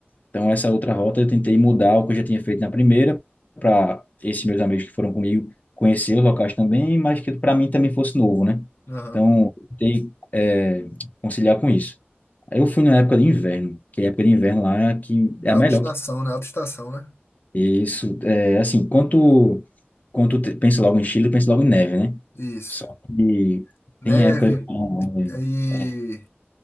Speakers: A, on the left; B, on the left.
A: Então, essa outra rota eu tentei mudar o que eu já tinha feito na primeira, para esses meus amigos que foram comigo conhecer os locais também, mas que para mim também fosse novo, né?
B: Aham.
A: Então, eu tentei é, conciliar com isso. Aí Eu fui na época de inverno, que a época de inverno lá é a que é
B: É autoestação,
A: a melhor.
B: né? Autoestação, né?
A: E isso, é, assim, quando tu, quando tu te- pensa logo em Chile, pensa logo em neve, né?
B: Isso.
A: Só que
B: Neve
A: tem época de verão,
B: e
A: né?